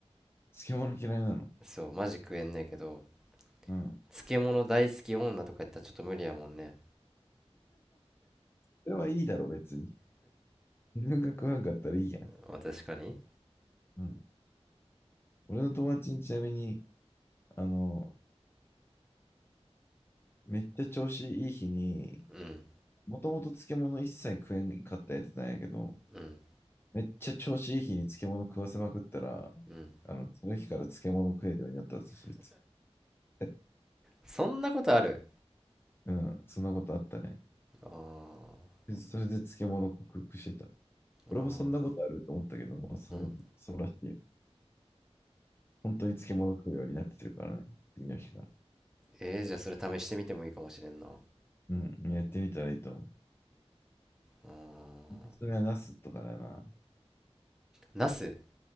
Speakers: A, on the left; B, in the centre.
A: 漬物嫌いなの。
B: そう、マジ食えんねえけど、
A: うん。
B: 漬物大好き女とか言ったらちょっと無理やもんね。
A: それはいいだろ、別に。自分が食わんかったらいいやん。
B: まあ、確かに。
A: うん。俺の友達にちなみに、あの、めっちゃ調子いい日に、
B: うん。
A: もともと漬物一切食えんかったやつなんやけど、
B: うん。
A: めっちゃ調子いい日に漬物食わせまくったら、
B: うん。
A: あの、その日から漬物食えるようになったぞ、そいつ。え
B: そんなことある
A: うん、そんなことあったね。
B: あー
A: でそれで漬物克服してた。俺もそんなことあると思ったけど、
B: あー
A: まあ、そう、
B: うん
A: そうらしいよ。本当に漬物食うようになってるからね、次の日から。
B: えー、じゃあそれ試してみてもいいかもしれんな
A: うん、やってみたらいいと思う。
B: あー
A: それはナスとかだな。
B: ナス